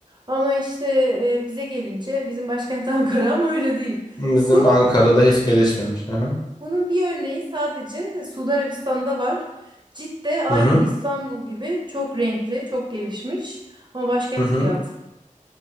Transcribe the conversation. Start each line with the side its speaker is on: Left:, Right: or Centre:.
Right: Ama işte e, bize gelince bizim başkent <laughs> Ankara ama öyle değil.
Left: Bizim
Right: Bunu
Left: Ankara'da hiç gelişmemiş. Hı hı.
Right: bunun bir örneği sadece e, Suudi Arabistan'da var. Cidde aynı
Left: Hı hı.
Right: İstanbul gibi çok renkli, çok gelişmiş ama başkent
Left: Hı hı.
Right: Riyad.